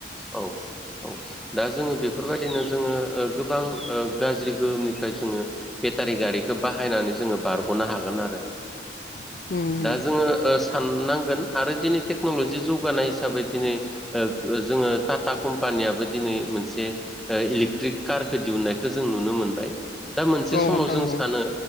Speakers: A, in the centre; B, on the left.
A: औ औ दा जोङो बेफोरबायदिनो जोङो ओ गोबां ओ गाज्रि गोहोमनिफ्राय जोङो एता गारि गारिखौ बाहायनानै जोङो बारग'नो हागोन आरो
B: <inaudible> उम
A: दा जोङो ओ साननांगोन आरो दिनै टेक्न'लजि जौगानाय हिसाबै दिनै ओ जोङो। टाटा कम्पानियाबो दिनै मोनसे अ इलेक्ट्रिक कारखौ दिहुननायखौ जों नुनो मोनबाय। दा मोनसे
B: औ
A: समाव
B: नोंथां
A: जों
B: औ
A: सानो